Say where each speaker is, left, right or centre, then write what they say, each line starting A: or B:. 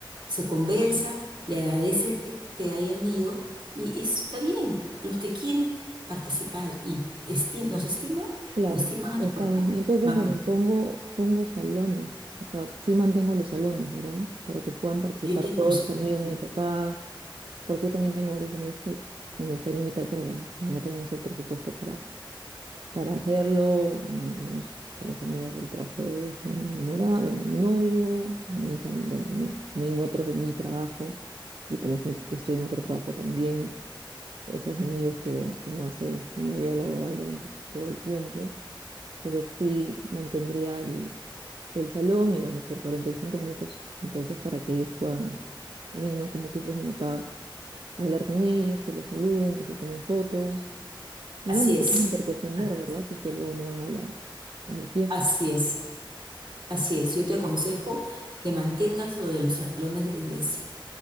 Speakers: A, on the right; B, on the right.
A: Se conversa, le agradece que hayan ido y está bien. Los que quieren participar y esti- nos estiman
B: Claro,
A: o estiman a
B: está
A: tu papá,
B: bien. Entonces,
A: mamá,
B: bueno, pongo, pongo salones, o sea, sí mantengo los salones, ¿verdad? Para que puedan participar
A: yo te aconsejo,
B: todos los amigos de
A: que-
B: mi papá, porque yo también tengo varios amigos que me gustaría invitar, pero bueno, no tenemos el presupuesto para para hacerlo, bueno, algunos tal vez amigos del trabajo de, de mi enamorada, bueno, de mi novio, mis, am- bueno, mi- también otros de mi trabajo, y tal vez si estoy en otro trabajo también, esos amigos que, bueno, que uno hace en la vida laboral durante todo el tiempo. Entonces sí mantendría el, el salón y bueno, por 45 minutos, entonces para que ellos puedan, también, ¿no? Como tú dices, mi papá, hablar con ellos, que los saluden, que se tomen fotos Igual
A: así
B: no
A: es,
B: se tienen por qué ofender,
A: así
B: ¿verdad?
A: es,
B: Si es que luego no van a la, a la fiesta.
A: así es, así es, yo te aconsejo que mantengas lo de los salones de la iglesia.